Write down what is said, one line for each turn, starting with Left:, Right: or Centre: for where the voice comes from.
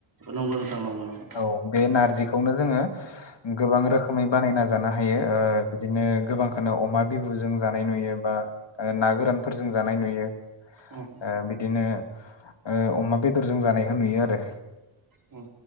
Right: न थांांगौांगा
Left: औ बे नारजिखौनो जोङो गोबां रोखोमै बानायना जानो हायो बिदिनो गोबांखौनो अमा बिबुजों जानाय नुयो बा ना गोरानफोरजों जानाय नुयो
Right: अ
Left: ओ बिदिनो ओ अमा बेदरजों जानायखौ नुयो आरो
Right: औ